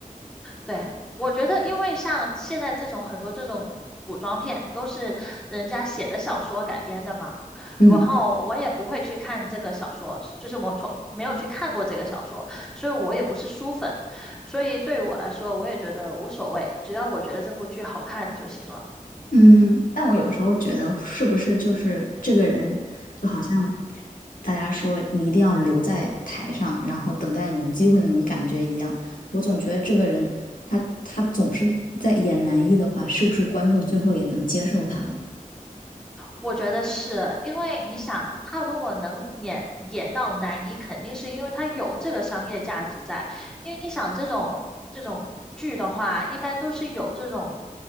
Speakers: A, in the centre; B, on the left.
A: 对，我觉得，因为像现在这种很多这种古装片都是人家写的小说改编的嘛，
B: 嗯
A: 然后我也不会去看这个小说，就是我从没有去看过这个小说，所以我也不是书粉，所以对于我来说，我也觉得无所谓，只要我觉得这部剧好看就行了。
B: 嗯，但我有时候觉得是不是就是这个人，就好像大家说你一定要留在台上，然后等待你的机会那种感觉一样。我总觉得这个人他他总是在演男一的话，是不是观众最后也能接受他了？
A: 我觉得是因为你想，他如果能演演到男一，肯定是因为他有这个商业价值在。因为你想这种这种剧的话，一般都是有这种，